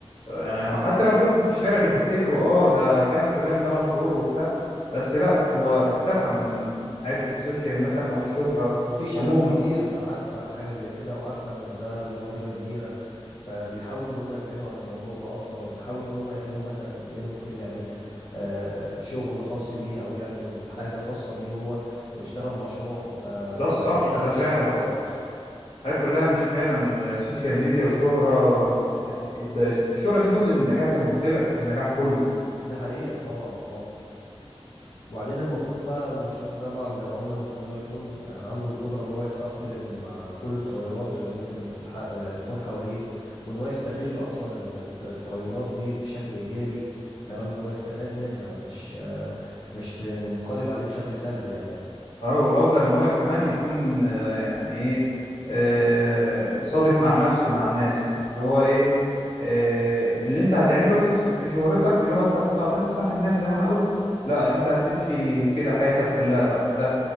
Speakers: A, on the left (about 80°); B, on the left (about 60°).
A: يعني حتى لو شفته في الشارع بتفتكره اه ده كان فلان ده مشهور وبتاع بس لا هو اختفى من حياة السوشيال مثلا او الشهرة
B: وفي شباب
A: عموما
B: كتير عارفة حاجة زي كده وعارفة ان ده له ضريبة كبيرة فبيحاولوا ان هم يبعدوا عن الموضوع ده اصلا وبيحاولوا ان هم يعملوا مثلا يا ممكن يعمل آه شغل خاص بيه او يعمل حاجة خاصة بيه هو ويشتغل مشروع آه
A: ده الصح
B: آه، بعيد عن
A: ده
B: الشهرة
A: فعلا
B: خالص
A: الحياة كلها مش فعلا آه، سوشيال ميديا وشهرة يعني ده الشهرة دي جزء من النجاح زي ما قلت لك مش النجاح كله
B: دي حقيقة طبعا اه وبعدين المفروض بقى المشهور ده طبعا زي ما قلنا المفروض ان هو يكون يعني عنده القدرة ان هو يتأقلم مع كل التغيرات اللي ممكن تتح... تكون حواليه وان هو يستغل اصلا الت- التغيرات دي بشكل ايجابي تمام ان هو يستفاد منها مش مش تنقلب عليه بشكل سلبي يعني
A: اه والافضل ان هو كمان يكون آه، يعني ايه آه، صادق مع نفسه ومع الناس يعني اللي هو ايه آه، اللي انت هتعمله في في شهرتك اللي هو انت هتطلع تنصح الناس زي ما انا قلت لا انت هتمشي كده حياتك كلها بقى انت